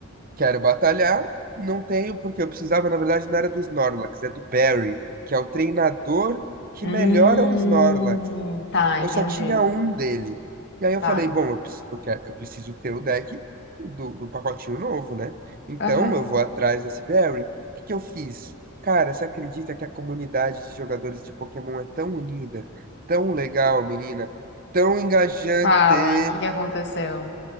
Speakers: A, on the right (about 45°); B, on the left (about 55°).
A: quero batalhar, não tenho, porque eu precisava, na verdade, não era do Snorlax, é do Barry, que é o treinador que
B: Hum,
A: melhora o Snorlax
B: tá,
A: eu
B: entendi.
A: só tinha um dele. E aí eu
B: Tá.
A: falei, bom, eu, preci- eu quero, eu preciso ter o deck do, do pacotinho novo, né? Então
B: Aham.
A: eu vou atrás desse Barry. O que que eu fiz? Cara, você acredita que a comunidade de jogadores de Pokémon é tão unida, tão legal, menina, tão engajante?
B: Fala, o que que aconteceu?